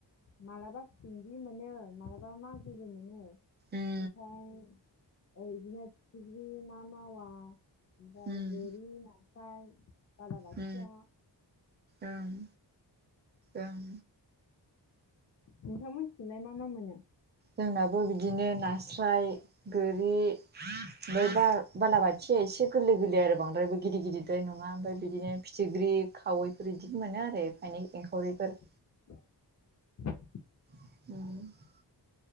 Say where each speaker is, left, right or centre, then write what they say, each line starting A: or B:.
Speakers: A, on the left; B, on the right.
A: मालाबा सिंगि मोनो मालाबा मागुरबो मोनो
B: उम
A: ओमफ्राय इदिनो फिथिख्रि ना मावा ओमफ्राय
B: उम
A: गोरि नास्राय बला बाथिया
B: उम ओं ओं
A: नोंथांमोनिथिंलाय मा मा मोनो
B: जोंनाबो बिदिनो नास्राय गोरि ओमफ्राय बा बालाबाथि एसे एसे गोरलै गोरलै आरो बद्रायबो गिदर गिदिर नङा ओमफाय बिदिनो फिथिख्रि खावैफोर इदिनो मोनो आरो एफा एनै एंखावरिफोर
A: <inaudible>
B: <inaudible>